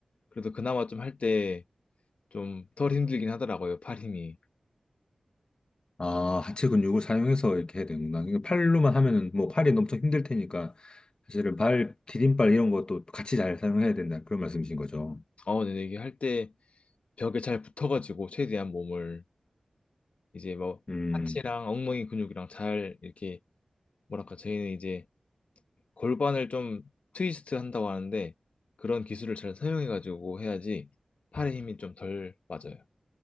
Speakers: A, on the left; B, on the left.
A: 그래서 그나마 좀 할 때 좀 덜 힘들긴 하더라고요, 팔 힘이.
B: 아, 하체 근육을 사용해서 이렇게 해야 되는구나. 그러니까 팔로만 하면은 뭐 팔이 엄청 힘들 테니까, 사실은 발, 디딤발 이런 것도 같이 잘 사용해야 된다. 그런 말씀이신 거죠.
A: 어, 근데 이게 할 때 벽에 잘 붙어가지고 최대한 몸을 이제 뭐
B: 음,
A: 하체랑 엉덩이 근육이랑 잘 이렇게 뭐랄까 저희는 이제 골반을 좀 트위스트 한다고 하는데 그런 기술을 잘 사용해가지고 해야지 팔의 힘이 좀 덜 빠져요.